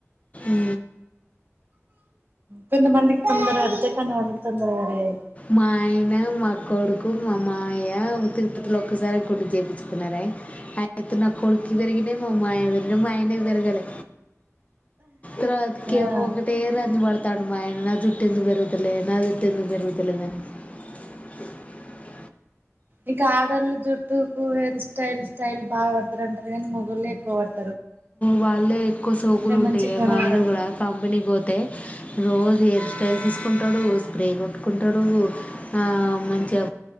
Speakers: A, on the left; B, on the right.
A: ఉ
B: కొంత మందికి తొందర పెరుగుతాయి, కొంత మందికి తొందర పెరగవు,
A: మా ఆయన మా కొడుకు మా మామయ్య తిరుపతిలో ఒక్కసారి గుండు చేయిం చుకున్నారా, అయితే నా కొడుకు పెరిగిన మా మామయ్య కి పెరిగినాయి మా ఆయనకి పెరగాలే, ఇగా
B: ఆ
A: ఒకటే రాంది పడతాండు మా ఆయన జుట్టెందుకు పెరుగుతలేదే, నా జుట్టెందుకు పెరుగుతా <inaudible>
B: ఇకా ఆడోళ్ళ జుట్టుకు హెయిర్ స్టైల్ స్టైల్ బాగా పడతారంటారు కానీ మొగోళ్ళే ఎక్కువడతారు
A: వాళ్ళే ఎక్కువ సోకులు ఉంటాయ
B: మంచిగ కనపడదు
A: మా ఆయన కూడా కంపెనీకి పోతే హు రోజు హెయిర్ స్టైల్ తీసుకుంటాడు స్ప్రే కొట్టుకుంటాడు ఆహ్ మంచిగా